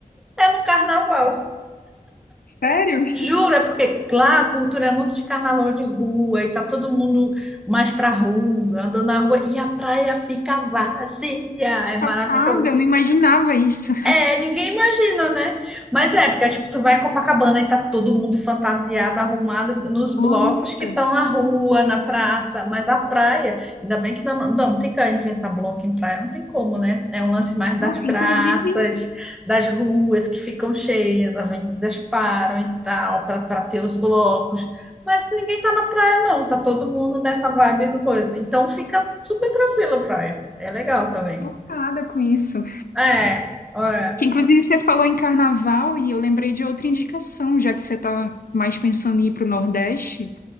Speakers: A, in the centre; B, on the left.
A: É no carnaval.
B: Sério?
A: Juro, é porque lá a cultura é muito de carnaval de rua e tá todo mundo mais pra rua, andando na rua e a praia fica vazia. É maravilhoso.
B: Chocada, eu não imaginava isso.
A: É, ninguém imagina, né? Mas é, porque tipo, tu vai em Copacabana e tá todo mundo fantasiado, arrumado nos
B: Nossa.
A: blocos que estão na rua, na praça, mas a praia, ainda bem que não, não, não tem que inventar bloco em praia, não tem como, né? É um lance mais
B: Nossa,
A: das praças,
B: inclusive,
A: das ruas que ficam cheias, avenidas param e tal, para para ter os blocos. Mas ninguém tá na praia, não, tá todo mundo nessa vibe do coisa. Então fica super tranquila a praia. É legal também.
B: chocada com isso.
A: É, é.
B: Que inclusive você falou em carnaval e eu lembrei de outra indicação, já que você tá mais pensando em ir para o Nordeste.